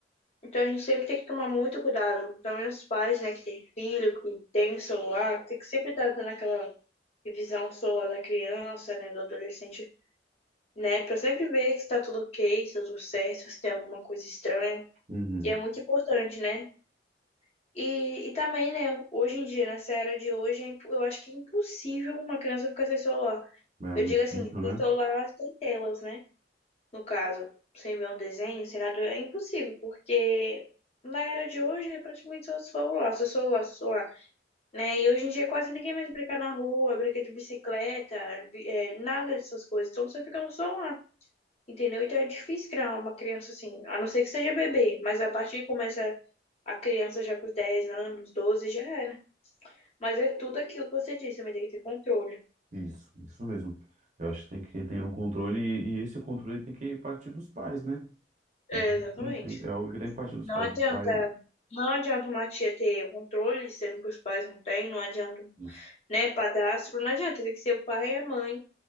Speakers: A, on the left (about 35°); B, on the right (about 40°).
A: Então a gente sempre tem que tomar muito cuidado, também os pais, né, que tem filho, que tem celular, tem que sempre estar dando aquela revisão celular da criança, né, do adolescente né? Pra sempre ver se tá tudo ok, se tá tudo certo, se tem alguma coisa estranha.
B: Uhum.
A: E é muito importante, né? E, e também, né, hoje em dia, nessa era de hoje, é impo- eu acho que é impossível uma criança ficar sem celular.
B: É
A: Eu
B: muito
A: digo assim,
B: difícil, né?
A: sem celular, sem telas, né? No caso, sem ver um desenho, sem nada, é impossível, porque na era de hoje é praticamente só celular, só celular, só celular, né? E hoje em dia quase ninguém mais brinca na rua, brinca de bicicleta, bi- é, nada dessas coisas. Então você fica no celular. Entendeu? Então é difícil criar uma criança assim, a não ser que seja bebê, mas a partir que começa a criança já com os 10 anos, 12 já era. Mas é tudo aquilo que você disse, também tem que ter controle.
B: Isso, isso mesmo. Eu acho que tem que ter um controle e, e esse controle tem que partir dos pais, né?
A: É, exatamente.
B: Tem- tem- É algo que tem que partir dos
A: Não
B: pais.
A: adianta,
B: Dos pais.
A: não adianta uma tia ter o controle, sendo que os pais não têm, não adianta,
B: Isso.
A: né, padrasto, não adianta, tem que ser o pai e a mãe,